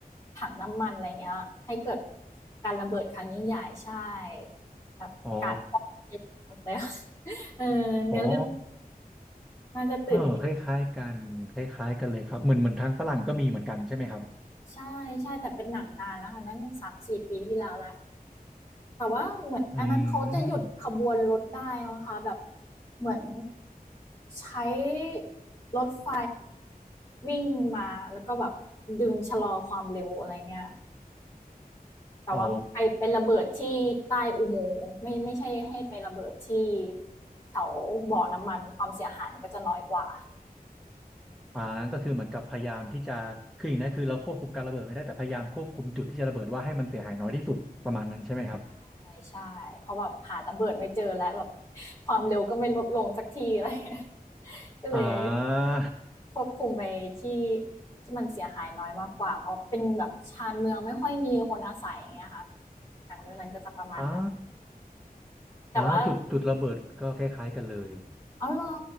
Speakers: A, on the left (about 20°); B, in the centre.
A: ถังน้ำมันอะไรเงี้ยให้เกิดการระเบิดครั้งยิ่งใหญ่ใช่แบบกะ
B: อ๋อ
A: <laughs> ป้องกันเลยค่ะ เออเนื้อเรื่อง
B: อ๋อ
A: น่าจะตื่นเต้น
B: เออคล้ายๆกันคล้ายๆกันเลยครับเหมือนเหมือนทางฝรั่งก็มีเหมือนกันใช่ไหมครับ
A: ใช่ใช่แต่เป็นหนังนานแล้วค่ะน่าจะสามสี่ปีที่แล้วและแต่ว่าเหมือนอันนั้นเขาจะหยุดขบวนรถได้มั้งคะแบบ
B: อืม
A: เหมือนใช้รถไฟวิ่งมาแล้วก็แบบดึงชะลอความเร็วอะไรเงี้ยแต่ว่าไปไประเบิดที่ใต้อุโมงค์ไม่ไม่ใช่ให้ไประเบิดที่
B: อ๋อ
A: แถวบ่อน้ำมันความเสียหายมันก็จะน้อยกว่า
B: อ่าก็คือเหมือนกับพยายามที่จะคืออย่างนั้นคือเราควบคุมการระเบิดไม่ได้แต่พยายามควบคุมจุดที่จะระเบิดว่าให้มันเสียหายน้อยที่สุดประมาณนั้นใช่ไหมครับ
A: ่ใช่ เพราะแบบหาระเบิดไม่เจอแล้วแบบความเร็วก็ไม่ลดลงสักทีอะไรเงี้ย <laughs> ก็เลย
B: อ่า
A: ควบคุมไปที่ที่มันเสียหายน้อยมากกว่าเพราะเป็นแบบชานเมืองไม่ค่อยมีคนอาศัยอย่างเงี้ยค่ะหนังเรื่องนั้นก็จะประมาณนั้น
B: อ่า
A: แต่ว่า
B: อ่าจุดจุดระเบิดก็คล้ายๆกันเลย
A: เอาวเหรอ